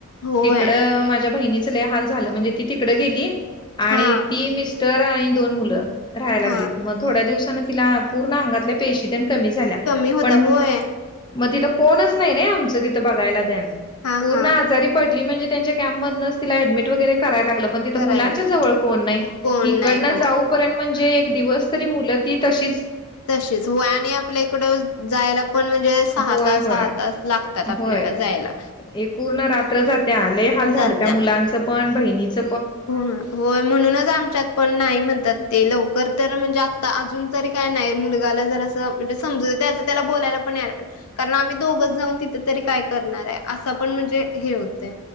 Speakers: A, on the left (about 80°); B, on the left (about 20°).
A: होय
B: तिकडं माझ्या बहिणीच लेहाल झालं म्हणजे ती तिकडं गेली आणि
A: हा
B: ती मिस्टर आणि दोन मुलं. राहायला
A: हा
B: लागलेत मग थोड्या दिवसा तिला पूर्ण अंगातल्या पेशीद कमी झाल्या
A: कमी होता
B: पण
A: होय
B: मग तिथं कोणच नाही ना आमचं तिथं बघायला त्या
A: हा
B: पूर्ण
A: हा
B: आजारी पडली म्हणजे त्यांच्या कॅम्पमधनच तिला ऍडडमि वगैरे कराय लागलं. पण तिथं
A: करायला
B: मुलांच्या जवळ कोण नाही
A: कोण
B: इकडन
A: नाही हो
B: जाऊपर्यंत म्हणजे एक दिवस तरी मुलं ती तशीच.
A: तशीच हो आणि आपल्या इकडं जायला पण म्हणजे. सहा
B: होय
A: तास
B: होय
A: सहा तास लागतात आपल्याला
B: होय
A: जायला
B: हे पूर्ण रात्र जाते आलंय हाल झालं.
A: जात्या
B: त्या मुलांच पण बहिणीच
A: हो होय म्हणूनचं आमच्यात पण नाही म्हणतात ते लवकर तर म्हणजे आता अजून तरी काय नाही मुलगाला जर असं म्हणजे समजून त्याचं त्याला बोलायला पण यायेला पाहिजे. कारण आम्ही दोघच जाऊन तिथे तरी काय करणार आहे असं पण म्हणजे हे होतंय.